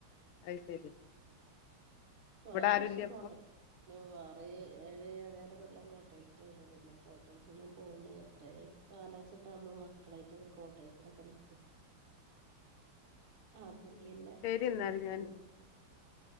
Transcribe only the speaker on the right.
കൊറേ
വർഷം കോട്ടെ
ഞാൻ വാറ് ഏഴ് ഏഴര കൊല്ലം കോട്ടയസിലായിരുന്നു പിന്നെ കോട്ടയസ നിന്നും പോകുന്ന എത്രയും കാലഴ്ച്ചിട്ട്കുമ്പോ മക്കളായിട്ട്ൊ കോട്ടേസിലൊക്കെ നക്കുക
ആപ്പൊ പിന്നെ
വീട്ടക്ക്